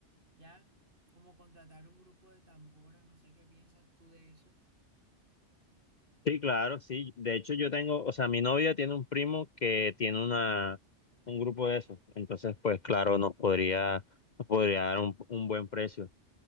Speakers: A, on the right; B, on the left.
A: ya, como contratar un grupo de tambora, no sé qué piensas tú de eso.
B: Sí, claro, sí. De hecho, yo tengo, o sea, mi novia tiene un primo que tiene una, un grupo de esos. Entonces, pues claro, nos podría, nos podría dar un, un buen precio.